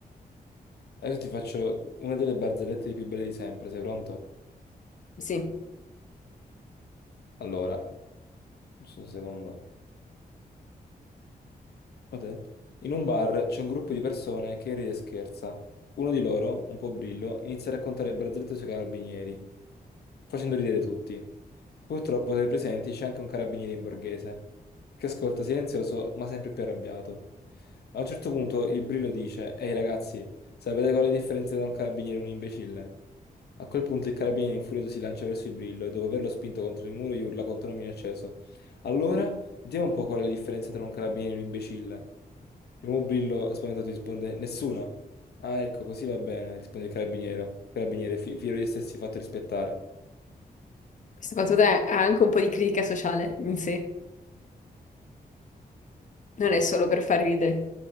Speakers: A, on the left; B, on the left.
A: Adesso ti faccio una delle barzellette più belle di sempre. Sei pronto?
B: Sì,
A: Allora, giusto un secondo. Potente. In un bar c'è un gruppo di persone che ride e scherza. Uno di loro, un po' brillo, inizia a raccontare barzellette sui carabinieri, facendo ridere tutti. Purtroppo tra i presenti c'è anche un carabiniere in borghese, che ascolta silenzioso ma sempre più arrabbiato. A un certo punto il brillo dice: Ehi ragazzi, sapete qual è la differenza tra un carabiniere e un imbecille? A quel punto il carabiniere infurioso si lancia verso il brillo e dopo averlo spinto contro il muro gli urla contro un acceso. Allora? Vediamo un po' qual è la differenza tra un carabiniere e un imbecille. L'uomo brillo spaventato risponde: Nessuna. Ah, ecco, così va bene, risponde il carabiniere, carabiniere fi- fiero di essersi fatto rispettare.
B: questa battuta ha anche un po' di critica sociale in sé, non è solo per far ridere.